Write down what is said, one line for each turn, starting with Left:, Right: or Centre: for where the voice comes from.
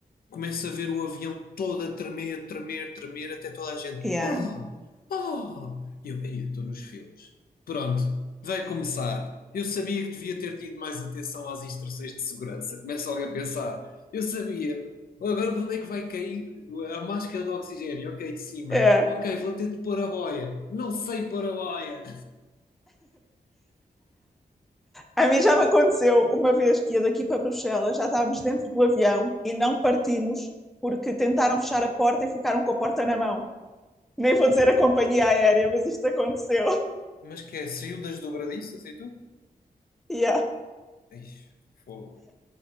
Left: Começo a ver o avião todo a tremer, tremer, tremer, até toda a gente.
Centre: Yeah.
Left: Ah! Ah! Eu, "Ei, eu estou nos filmes. Pronto, vai começar. Eu sabia que devia ter tido mais atenção às instruções de segurança. Começa alguém a pensar. Eu sabia. Agora de onde é que vai cair a máscara de oxigênio? Ok, de cima.
Centre: Yeah.
Left: Ok, vou ter de pôr a boia. Não sei pôr a boia.
Centre: A mim já me aconteceu uma vez que ia daqui para Bruxelas, já estávamos dentro do avião e não partimos porque tentaram fechar a porta e ficaram com a porta na mão. Nem vou dizer a companhia aérea, mas isto aconteceu.
Left: Mas que é? Saiu das dobradiças e tudo?
Centre: Yeah.
Left: Ixi, fogo.